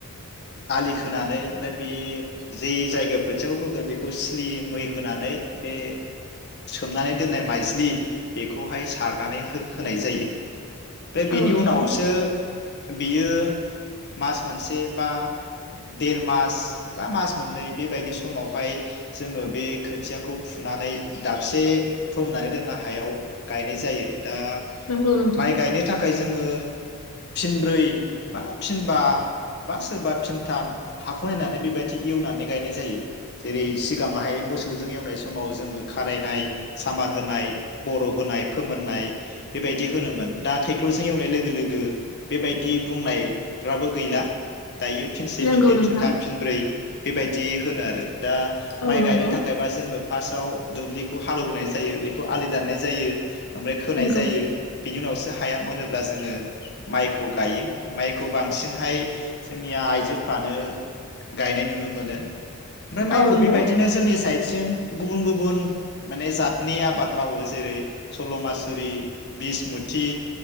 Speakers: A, on the left; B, on the left.
A: आलि खोनोनानै ओमफ्राय बे जे जायगायाव खोथियाखौ फोगोन बेखौ स्लि मै होनानै बे सोमनानै दोननाय माइज्लि बेखौहाय सारनानै होनाय जायो ओमफ्राय बिनि
B: औ नंगौ
A: उनावसो बियो मास मोनसे बा देर मास बा मास मोननै बेबायदि समावहाय जोङो बे खोथियाखौ फुनानै दाबसे फोमनानै दोननो हायाव गायनाय जायो दा
B: नंगौ नोंथां
A: माइ गायनो थाखाय जोङो फिनब्रै बा फिनबा बा सोरबा थाम हाखौ नायनानै बेबायदि एवनानै गायनाय जायो जेरै सिगाङाहाय मोसौजों एवनाय समाव जोङो खारायनाय सामार होनाय बर' होनाय फोमोननाय बेबायदि होनोमोन दा ट्रेक्टरजों एवनाय लोगो लोगो बेबायदि बुंनायफ्राबो गैला दायो फिनसे
B: नंगौ
A: फिननै
B: नोंथां
A: फिनथाम फिनब्रै बेबायदि दि होनो आरो दा
B: औ
A: माइ
B: नंगौ
A: गायनो थाखायबा जोङो फार्स्टाव दुब्लिखौ हालौवबोनाय जायो बेखौ आलि दाननाय जायो ओमफ्राय खोनाय
B: नंगौ
A: जायो बिनि उनावसो हाया मोनोब्ला जोङो माइखौ गायो माइखौ बांसिनहाय जोंनिया आइजोफ्रानो गायनाय नुनो मोनो ओमफ्राय माइखौ
B: औ नंगौ
A: बेबायदिनो जोंनि साइद सिं गुबुन गुबुन माने जातनि आबाद मावो जेरै सल'मासुरि बिसमुथि